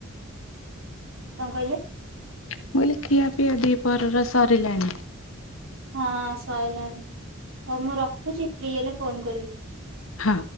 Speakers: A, on the right (about 70°); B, on the left (about 75°).
A: କଣ କଇଲେ?
B: ମୁଁ କଇଲି ଖିଆ ପିଆ ଦି ପହରର ସରିଲାଣି।
A: ହଁ ସଇଲାଣି ହଉ ମୁଁ ରଖୁଚି ଫ୍ରି ହେଲେ ଫୋନ କରିବି।
B: ହଁ।